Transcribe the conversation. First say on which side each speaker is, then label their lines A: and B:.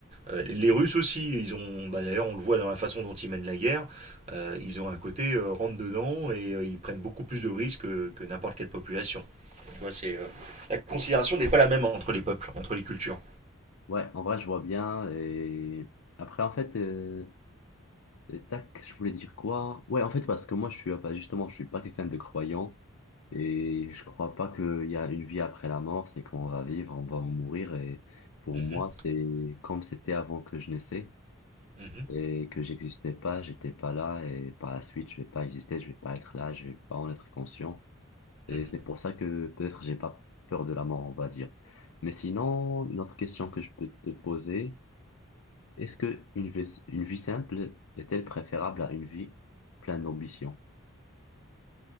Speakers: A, on the right; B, on the left.
A: Euh, les Russes aussi, ils ont, bah, d'ailleurs, on le voit dans la façon dont ils mènent la guerre, euh, ils ont un côté euh, rentre dedans et euh, ils prennent beaucoup plus de risques que, que n'importe quelle population. Tu vois, c'est, euh, la considération n'est pas la même entre les peuples, entre les cultures.
B: Ouais, en vrai, je vois bien. Et après, en fait, euh, tac, je voulais dire quoi? Ouais, en fait, parce que moi, je suis euh, pas- justement, je suis pas quelqu'un de croyant. Et je crois pas qu'il y a une vie après la mort, c'est qu'on va vivre, on va mourir. Et pour
A: Mhm,
B: moi, c'est comme c'était avant que je naissais
A: mhm,
B: et que j'existais pas, j'étais pas là et par la suite, je vais pas exister, je vais pas être là, je vais pas en être conscient. Et
A: mhm.
B: c'est pour ça que peut-être j'ai pas peur de la mort, on va dire. Mais sinon, une autre question que je peux te poser, est-ce que une vie, une vie simple est-elle préférable à une vie pleine d'ambition?